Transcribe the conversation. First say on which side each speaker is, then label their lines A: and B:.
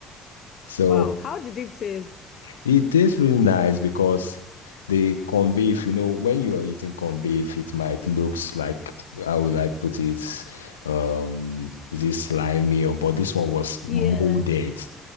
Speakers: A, on the left; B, on the left.
A: So
B: Wow, how did it taste?
A: It tastes really nice because the corned beef, you know, when you are eating corned beef, it might looks like how would I put it? Um, is it slimy or but this one was
B: Yeah.
A: molded